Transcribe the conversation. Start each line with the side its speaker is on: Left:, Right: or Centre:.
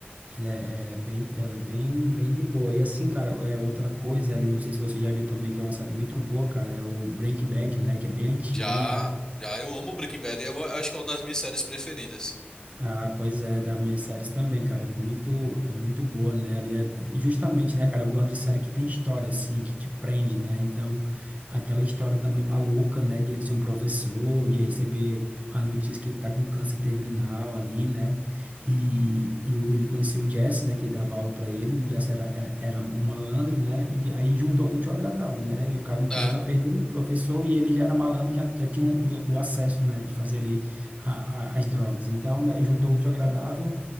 Right: Ela é, é é bem, ela é bem, bem de boa. E assim, cara, é outra coisa ali, não sei se você já viu também, que é uma série muito boa, cara, é o Breaking Bad, né, que é bem antiga.
Left: Já, já, eu amo Breaking Bad e eu acho que é uma das minhas séries preferidas.
Right: Ah, pois é, das minhas séries também, cara, é muito, é muito boa, né? Ali é, é, justamente, né, cara, eu gosto de série que tem história, assim, que te prende, né? Então, aquela história também maluca, né, de ele ser um professor, de receber a notícia que ele tá com câncer terminal ali, né? E, e o- ele conheceu o Jesse, né, que dava aula pra ele, e o Jesse era, é- era um malandro, né? E aí juntou o útil ao agradável, né? E o cara não tinha
Left: É,
Right: nada a perder, o professor, e ele já era malandro, já, já tinha o, o acesso, né, de fazer ali a- a- as drogas. Então, né, juntou o útil ao agradável.